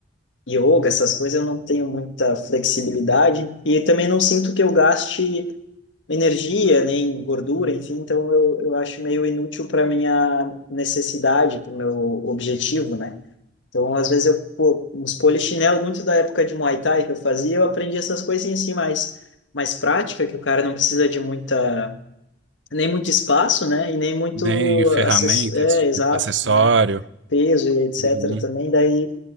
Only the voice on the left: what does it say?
yoga, essas coisas, eu não tenho muita flexibilidade e também não sinto que eu gaste energia, nem gordura, enfim, então eu, eu acho meio inútil para minha necessidade, para o meu objetivo, né? Então, às vezes, eu, pô, uns polichinelo, muito da época de Muay Thai que eu fazia, eu aprendi essas coisinhas assim mais, mais prática, que o cara não precisa de muita, nem muito espaço, né? E nem muito,
acess- é,
exato,
né? Peso e etc.
também, daí